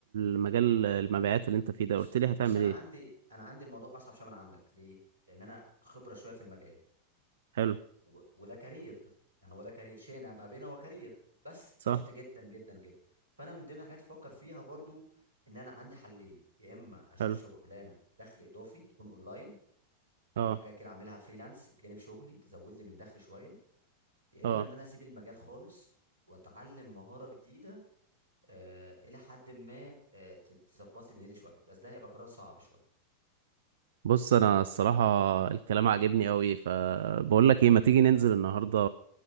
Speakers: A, on the right; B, on the right.
A: المجال المبيعات اللي انت فيه ده
B: بص
A: قلت لي هتعمل
B: بص انا
A: ايه
B: عندي انا عندي الموضوع اصعب شويه من عندك ليه لان انا خبره شويه في المجال
A: حلو
B: و... وده كارير يعني هو ده كارير شيء انا ابقى بينه هو كارير بس
A: صح
B: ضغط جدا جدا جدا فانا من ضمن الحاجات اللي بفكر فيها برضو ان انا عندي حلين يا اما اشوف
A: حلو
B: شغلانه دخل اضافي تكون اونلاين يعني
A: اه
B: حاجه كده اعملها فريلانس بجانب شغلي تزود لي من دخل شويه يا
A: اه
B: اما ان انا اسيب المجال خالص واتعلم مهاره جديده آه الى حد ما آه تظبط لي دنيتي شويه بس ده هيبقى قرار صعب شويه
A: بص انا
B: يعني
A: الصراحه الكلام عجبني قوي فبقول لك ايه ما تيجي ننزل النهارده